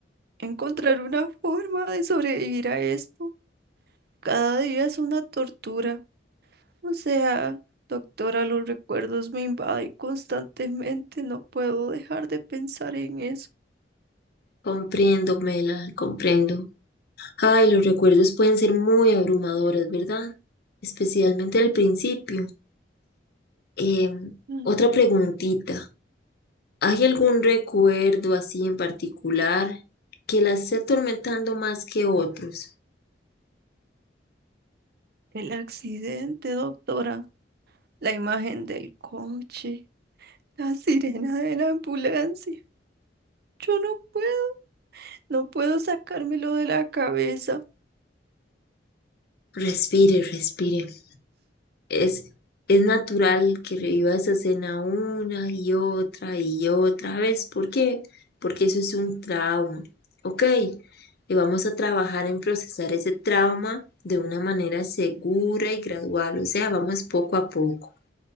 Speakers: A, on the right; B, on the left.
A: encontrar una forma de sobrevivir a esto. Cada día es una tortura. O sea, doctora, los recuerdos me invaden constantemente. No puedo dejar de pensar en eso.
B: Comprendo, Mela, comprendo. Ay, los recuerdos pueden ser muy abrumadores, ¿verdad? Especialmente al principio. Eh,
A: Mm.
B: otra preguntita. ¿Hay algún recuerdo así en particular que la esté atormentando más que otros?
A: El accidente, doctora. La imagen del coche. La sirena de la ambulancia. Yo no puedo. No puedo sacármelo de la cabeza.
B: Respire, respire. Es, es natural que reviva esa escena una y otra y otra vez. ¿Por qué? Porque eso es un trauma. Ok, y vamos a trabajar en procesar ese trauma de una manera segura y gradual. O sea, vamos poco a poco.